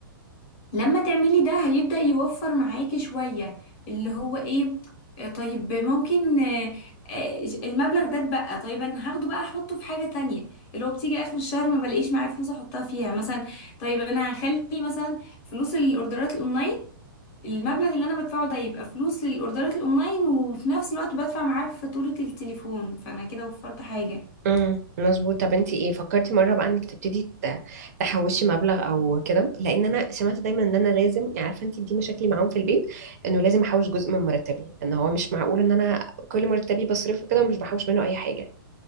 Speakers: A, on the left; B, on the right.
A: لما تعملي ده هيبدأ يوفر معاكي شوية اللي هو ايه آه، طيب ممكن آه، آه، المبلغ ده اتبقى طيب انا هاخده بقى احطه في حاجة تانية اللي هو بتيجي اخر الشهر ما بلاقيش معايا فلوس احطها فيها مثلا طيب انا هخلي مثلا فلوس الاوردرات الاونلاين المبلغ اللي انا بدفعه ده يبقى فلوس للاوردرات الاونلاين وفي نفس الوقت بدفع معاه فاتورة التليفون فانا كده وفرت حاجة
B: امم مظبوط طب انت ايه فكرتي مره بقى انك تبتدي ت- تحوشي مبلغ او كده لان انا سمعت دايما ان انا لازم يعني عارفه انت دي مشاكلي معاهم في البيت انه لازم احوش جزء من مرتبي ان هو مش معقول ان انا كل مرتبي بصرفه كده ومش بحوش منه اي حاجه